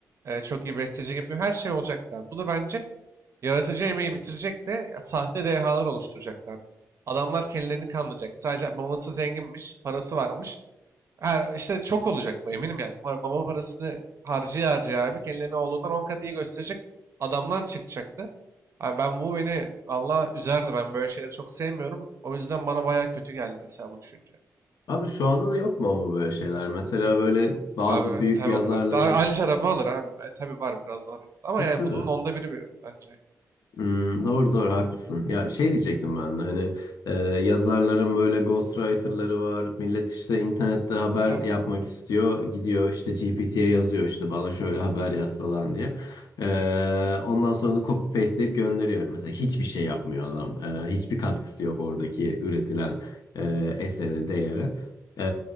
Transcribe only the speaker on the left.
Abi şu anda da yok mu ama böyle şeyler? Mesela böyle bazı
büyük
yazarların...
Tabii
tabii.
Hmm, doğru doğru haklısın. Ya şey diyecektim ben de hani e, yazarların böyle ghostwriter'ları var. Millet işte internette haber
yapmak istiyor. Gidiyor işte GPT'ye yazıyor işte bana şöyle haber yaz falan diye. E, ondan sonra da copy pasteleyip gönderiyor. Mesela hiçbir şey yapmıyor adam. E, hiçbir katkısı yok oradaki üretilen e, esere, değere. E,